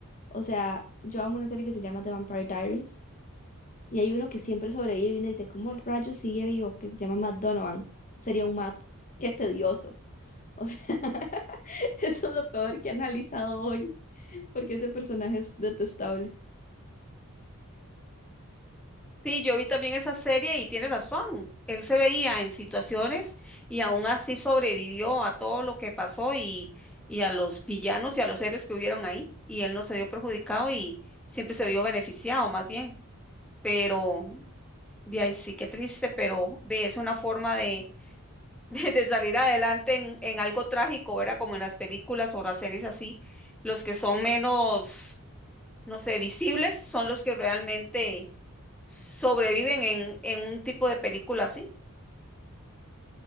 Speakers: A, on the left; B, in the centre.
A: O sea, yo amo una serie que se llama The Vampire Diaries y hay uno que siempre sobrevive y uno dice, ¿cómo rayos sigue vivo? Que se llama Matt Donovan. Sería un Matt. Qué tedioso. O sea, <laughs> eso es lo peor que he analizado hoy porque ese personaje es detestable.
B: Sí, yo vi también esa serie y tiene razón. Él se veía en situaciones y aún así sobrevivió a todo lo que pasó y, y a los villanos y a los seres que hubieron ahí. Y él no se vio perjudicado y siempre se vio beneficiado, más bien. Pero, de ahí sí, qué triste, pero ve, es una forma de, <laughs> de, de salir adelante en, en algo trágico, ¿verdad? Como en las películas o las series así, los que son menos no sé, visibles son los que realmente sobreviven en, en un tipo de película así.